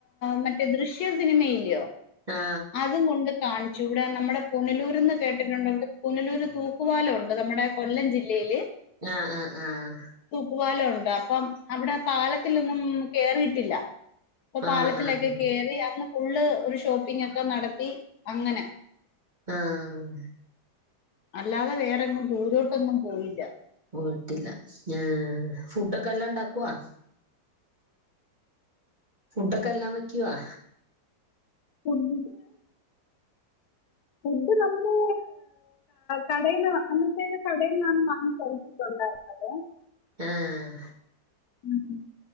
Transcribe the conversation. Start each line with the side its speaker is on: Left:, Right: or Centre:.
Left: മ ദൃശ്യ സിനിമല്ലയോ
Right: ആഹ്
Left: അത കൊണ്ട് കാ ഇവിടെ നമ്മുടെ പുനലൂർന്ന് കേട്ടിട്ടുണ്ട്വി പുനലൂര് തൂക്കുപാലംഉ ണ്ട് നമ്മുടെ,, കൊല്ലം ജില്ലയില്
Right: ആഹ് ആഹ് ആഹ്
Left: തൂക്കുപാലം ഉണ്ട് അപ്പം അവിടെ പാലത്തിൊന്നും കേറിയിട്ടില്ല അപ്പൊ
Right: ആഹ്
Left: പാലത്തിലൊക്കെ
Right: ആഹ്
Left: കേറി അങ്‌,, ഫുള് ഒരു ഷോപ്പിംഗ് ഒക്കെ നടത്തി അങ്ങനെ
Right: ആഹ്
Left: അല്ലാതെ വേറെൊങ്ങും ദൂരോട്ടൊന്നും പോയില്ല
Right: പോയിയിട്ടില്ലഅഹ് ഫുഡൊക്കെ എല്ലാംണ്ടാക്കവാ ഫുഡൊക്കെ എല്ലാം വയ്ക്കവാ
Left: ഫുഡ് ഫുഡ് നമ്മള് കടയിന്ന് അന്നത്തേ കടയിൽന്ന് വാങ്ങിച്ച കഴി,, ഉണ്ടാകുന്നത്
Right: ആഹ്
Left: ഉം ഉം